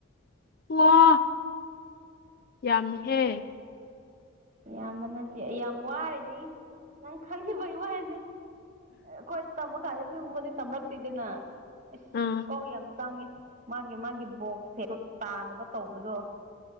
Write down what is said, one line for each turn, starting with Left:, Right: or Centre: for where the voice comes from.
Left: ꯋꯥ ꯌꯥꯝꯍꯦ
Right: ꯏꯌꯥꯝꯕ ꯅꯠꯇꯦ ꯑꯩ ꯌꯥꯝ ꯋꯥꯔꯅꯤ ꯅꯪ ꯈꯪꯗꯦꯕꯒꯤ ꯋꯥꯅꯦ ꯑꯩꯈꯣꯏ ꯇꯝꯕ ꯀꯥꯟꯗꯗꯤꯒꯨꯝꯕꯗꯤ ꯇꯃꯔꯛꯇꯦꯗꯅ ꯏꯁ
Left: ꯑꯥ
Right: ꯀꯣꯛ ꯌꯥꯝ ꯆꯪꯉꯦ ꯃꯥꯒꯤ ꯃꯥꯒꯤ ꯕꯣꯛꯁꯦ ꯇꯥꯅꯕ ꯇꯧꯕꯗꯣ